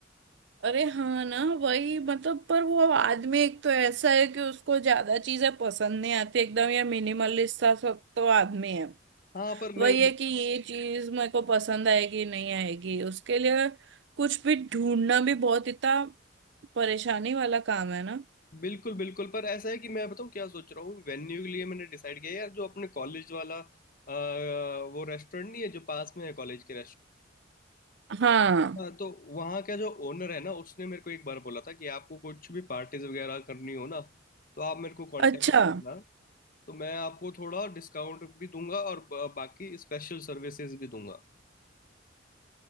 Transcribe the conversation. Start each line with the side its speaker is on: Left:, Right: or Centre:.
Right: अरे हाँ ना वही मतलब पर वो आदमी एक तो ऐसा है कि उसको ज्यादा चीजें पसंद नहीं आती एकदम ये मिनिमलिस्ट सा सब तो आदमी है
Left: हाँ पर
Right: वही
Left: मैं
Right: है कि ये चीज मेरे को पसंद आएगी नहीं आएगी उसके लिए कुछ भी ढूंढना भी बहुत इतना परेशानी वाला काम है ना
Left: बिल्कुल बिल्कुल पर ऐसा है कि मैं बताऊँ क्या सोच रहा हूँ वेन्यू के लिए मैंने डिसाइड किया है यार जो अपने कॉलेज वाला अ, वो रेस्टोरेंट नहीं है जो पास में है कॉलेज के
Right: हाँ
Left: हाँ तो वहाँ का जो ओनर है ना उसने मेरे को एक बार बोला था कि आपको कुछ भी पार्टीज वगैरह करनी हो ना तो आप मेरे को कांटेक्ट
Right: अच्छा
Left: करना तो मैं आपको थोड़ा डिस्काउंट भी दूंगा और ब- बाकी स्पेशल सर्विसेज भी दूंगा